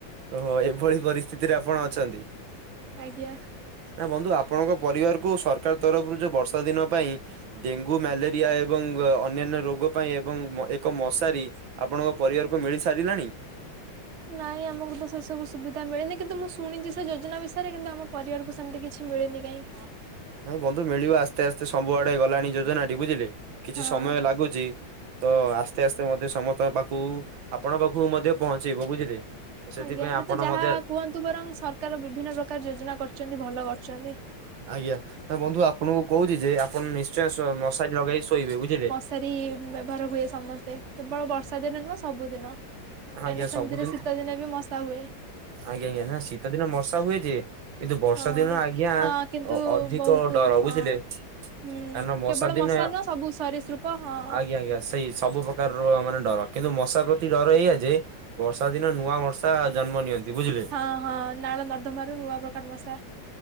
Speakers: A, on the right; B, on the right.
A: ଓହୋ ଏଭଳି ପରିସ୍ଥିତିରେ ଆପଣ ଅଛନ୍ତି।
B: ଆଜ୍ଞା।
A: ଏ ବନ୍ଧୁ ଆପଣଙ୍କ ପରିବାର କୁ ସରକାରଙ୍କ ତରଫରୁ ଯୋଉ ବର୍ଷା ଦିନ ପାଇଁ ଡେଙ୍ଗୁ ମ୍ୟାଲେରିଆ ଏବଂ ଅନ୍ୟାନ୍ୟ ରୋଗ ପାଇଁ ଏବଂ ଏକ ମଶାରୀ ଆପଣଙ୍କ ପରିବାରକୁ ମିଳି ସାରିଲାଣି?
B: ନାଇଁ ଆମକୁ ତ ସେସବୁ ସୁବିଧା ମିଳିନି। କିନ୍ତୁ ମୁଁ ଶୁଣିଛି ସେ ଯୋଜନା ବିଷୟରେ କିନ୍ତୁ ଆମ ପରିବାରକୁ ସେମତି କିଛି ମିଳିନି କାହିଁ
A: ନାଇଁ ବନ୍ଧୁ ମିଳିବ ଆସ୍ତେ ଆସ୍ତେ ସବୁ ଆଡେ ଗଲାଣି ଯୋଜନାଟି ବୁଝିଲେ
B: ହଁ।
A: କିଛି ସମୟ ଲାଗୁଛି ତ ଆସ୍ତେ ଆସ୍ତେ ମଧ୍ୟ ସମସ୍ତଙ୍କ ପାଖକୁ ଆପଣଙ୍କ ପାଖକୁ ମଧ୍ୟ ପହଞ୍ଚେଇବ ବୁଝିଲେ? ତ ସେଥିପାଇଁ
B: ଆଜ୍ଞା
A: ଆପଣ
B: ତ ଯାହା
A: ମଧ୍ୟ
B: କୁହନ୍ତୁ ବରଂ ସ କାରଣ ବିଭିନ୍ନ ପ୍ରକାର ଯୋଜନା କରଛନ୍ତି ଭଲ କରୁଛନ୍ତି।
A: ଆଜ୍ଞା ନା ବନ୍ଧୁ ଆପଣଙ୍କୁ କହୁଛି ଯେ ଆପଣ ନିଶ୍ଚୟ ମସାରି ନଗେଇ ଶୋଇବେ ବୁଝିଲେ?
B: ମସାରୀ ବ୍ୟବହାର ହୁଏ ସମସ୍ତେ କେବଳ ବର୍ଷା ଦିନ ନୁହଁ ସବୁଦିନ
A: ଆଜ୍ଞା
B: କାଇଁନା ସେମିତିରେ
A: ସବୁଦିନ
B: ଶୀତ ଦିନ ବି ମଶା ହୁଏ।
A: ଆଜ୍ଞା ଆଜ୍ଞା ନା ଶୀତ ଦିନେ ମସା ହୁଏ ଯେ। କିନ୍ତୁ ବର୍ଷା
B: ହଁ।
A: ଦିନ ଆଜ୍ଞା
B: ହଁ କିନ୍ତୁ
A: ଅଧିକ
B: ବହୁତ
A: ଡର
B: ହଁ
A: ବୁଝିଲେ?
B: ହୁଁ
A: କାରଣ
B: କେବଳ
A: ଦିନେ
B: ମଶା ନୁହଁ ସବୁ ସରିଶୁପ ହଁ।
A: ଆଜ୍ଞା ଆଜ୍ଞା ସେଇ ସବୁ ପ୍ରକାର ର ମାନେ ଡର କିନ୍ତୁ ମଶା ପ୍ରତି ଡର ଏଇଆ ଯେ ବର୍ଷା ଦିନ ନୂଆ ବର୍ଷା ଜନ୍ମ ନିଅନ୍ତି ବୁଝିଲେ?
B: ହଁ ହଁ ନାଳ ନର୍ଦ୍ଦମାରୁ ନୂଆ ପ୍ରକାର ମଶା